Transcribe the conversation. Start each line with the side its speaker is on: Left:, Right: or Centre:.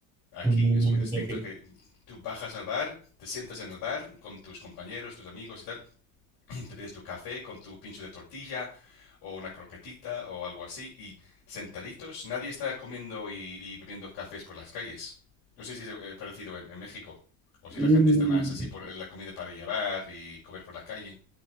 Left: Aquí
Centre: Mm,
Left: es muy distinto,
Centre: Ok, ok.
Left: es que tú bajas al bar, te sientas en el bar con tus compañeros, tus amigos y tal, <clears throat> te pides tu café con tu pincho de tortilla o una croquetita o algo así y sentaditos, nadie está comiendo y, y bebiendo cafés por las calles. No sé si es eh, parecido en, en México o si
Centre: mm.
Left: la gente está más así por la comida para llevar y comer por la calle.